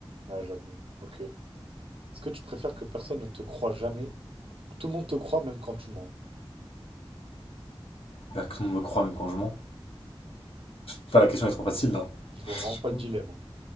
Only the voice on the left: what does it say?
que tout le monde me croit, même quand je mens. Enfin, la question est trop facile, là.
Je
sais
pas.